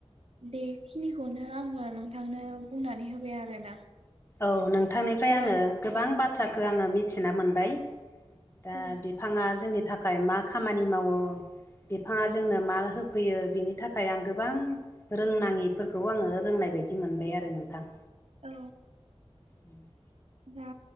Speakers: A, on the right (about 70°); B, on the left (about 25°).
A: बेखिनिखौनो आङो नोंथांनो बुंनानै होबाय आरोना
B: औ नोंथांनिफ्राय आङो
A: दा
B: गोबां बाथ्राखौ आङो मिथिना मोनबाय दा
A: औ
B: बि फाङा जोंनि थाखाय मा खामानि मावो बिफाङा जोंनो माल होफैयो बिनि थाखाय आं गोबां रोंनाङिफोरखौ आङो रोंनाय बायदि मोनबाय आरो नोंथां
A: औ
B: <inaudible>
A: दा